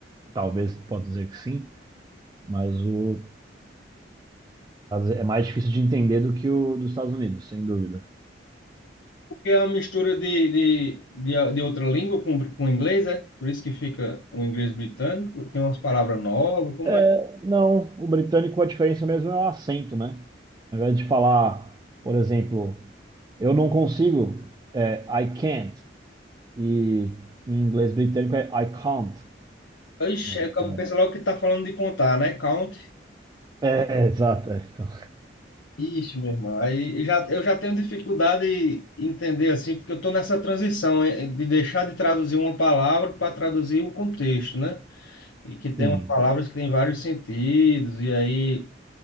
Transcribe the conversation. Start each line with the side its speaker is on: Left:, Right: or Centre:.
Right: talvez pode dizer que sim, mas o é mais difícil de entender do que o dos Estados Unidos, sem dúvida.
Left: Porque é uma mistura de, de, de, de outra língua com, br- com inglês, é? Por isso que fica o inglês britânico, tem umas palavras novas, como
Right: É,
Left: é.
Right: não, o britânico a diferença mesmo é o acento, né? Ao invés de falar, por exemplo, eu não consigo, é I can't, e em inglês britânico é I can't,
Left: Ixi,
Right: né?
Left: aí
Right: Então,
Left: o cara pensa logo que tá falando de contar, né? Count.
Right: é, exato, é, então,
Left: Ixi, meu irmão, aí eu já, eu já tenho dificuldade em entender assim, porque eu estou nessa transição eh, de deixar de traduzir uma palavra para traduzir o contexto, né? E que tem
Right: <laughs> sim.
Left: umas palavras que têm vários sentidos, e aí